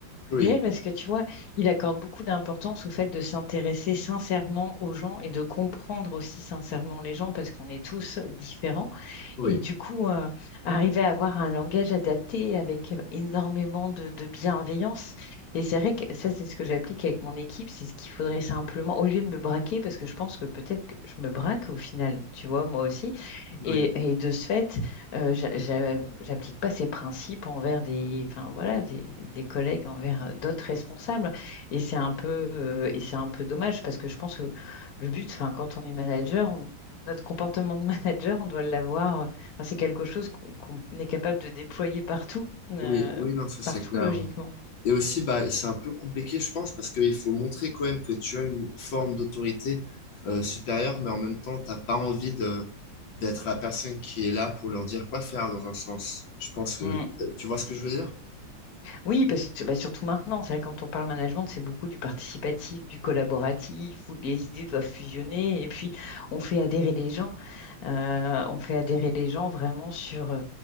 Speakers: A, on the left; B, on the left.
A: Oui,
B: réel parce que tu vois, il accorde beaucoup d'importance au fait de s'intéresser sincèrement aux gens et de comprendre aussi sincèrement les gens parce qu'on est tous différents.
A: oui,
B: Et du coup, euh, arriver à avoir un langage adapté avec euh, énormément de, de bienveillance. Et c'est vrai que ça, c'est ce que j'applique avec mon équipe. C'est ce qu'il faudrait simplement, au lieu de me braquer, parce que je pense que peut-être que je me braque au final, tu vois, moi aussi.
A: oui,
B: Et, et de ce fait, euh, j'a- j'a- j'applique pas ces principes envers des, enfin voilà, des, des collègues, envers euh, d'autres responsables. Et c'est un peu, euh, et c'est un peu dommage parce que je pense que le but, enfin, quand on est manager, on- notre comportement de <laughs> manager, on doit l'avoir. euh, Enfin, c'est quelque chose qu'on qu'on est capable de déployer partout, euh,
A: oui, oui, non, ça c'est
B: partout
A: clair.
B: logiquement.
A: Et aussi, bah, c'est un peu compliqué, je pense, parce qu'il faut montrer quand même que tu as une forme d'autorité euh, supérieure, mais en même temps, t'as pas envie de d'être la personne qui est là pour leur dire quoi faire dans un sens. Je pense que
B: Mm.
A: tu vois ce que je veux dire?
B: Oui, parce que bah, surtout maintenant, c'est vrai, que quand on parle management, c'est beaucoup du participatif, du collaboratif, où les idées doivent fusionner, et puis on fait adhérer les gens. Euh, on fait adhérer les gens vraiment sur... euh,